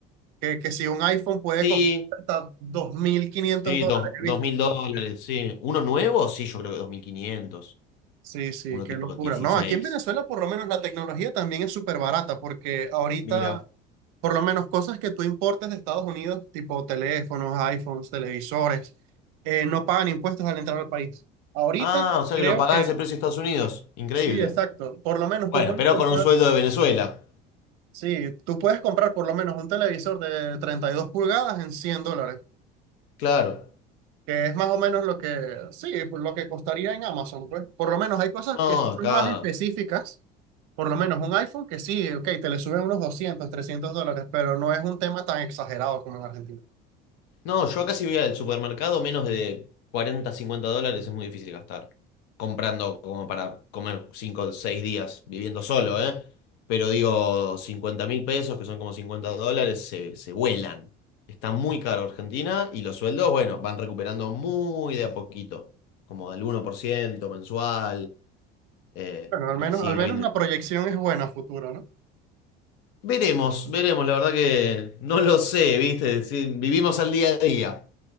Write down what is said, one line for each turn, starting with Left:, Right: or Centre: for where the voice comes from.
Right: Que, que si un iPhone puede
Left: sí.
Right: costar hasta 2.500
Left: Sí,
Right: dólares,
Left: dos, dos
Right: ¿viste?
Left: mil dólares, sí. ¿Uno nuevo? Sí, yo creo que 2.500.
Right: Sí, sí,
Left: Uno
Right: qué
Left: tipo
Right: locura.
Left: 16.
Right: No, aquí en Venezuela por lo menos la tecnología también es súper barata porque ahorita
Left: Mira.
Right: por lo menos cosas que tú importes de Estados Unidos, tipo teléfonos, iPhones, televisores, eh, no pagan impuestos al entrar al país. Ahorita
Left: Ah, o sea
Right: creo
Left: que lo pagás
Right: que
Left: ese precio de Estados Unidos. Increíble.
Right: sí, exacto. Por lo menos
Left: Bueno,
Right: tú puedes
Left: pero
Right: comprar,
Left: con un sueldo de Venezuela.
Right: sí, tú puedes comprar por lo menos un televisor de 32 pulgadas en 100 dólares.
Left: Claro.
Right: que es más o menos lo que, sí, por lo que costaría en Amazon, pues. Por lo menos hay cosas
Left: No,
Right: que sí
Left: acá.
Right: son más específicas, por lo menos un iPhone que sí, ok, te le suben unos 200 300 dólares, pero no es un tema tan exagerado como en Argentina.
Left: No, yo acá si voy al supermercado, menos de 40 50 dólares es muy difícil gastar. Comprando como para comer 5 o 6 días viviendo solo, ¿eh? Pero digo, cincuenta mil pesos, que son como 50 dólares, se, se vuelan. Está muy caro Argentina y los sueldos, bueno, van recuperando muy de a poquito, como al uno por ciento mensual, eh,
Right: Bueno, al
Left: y
Right: menos,
Left: sigue
Right: al menos
Left: habiendo...
Right: la proyección es buena a futuro, ¿no?
Left: Veremos, veremos, la verdad que no lo sé, ¿viste? Sí, vivimos al día a día,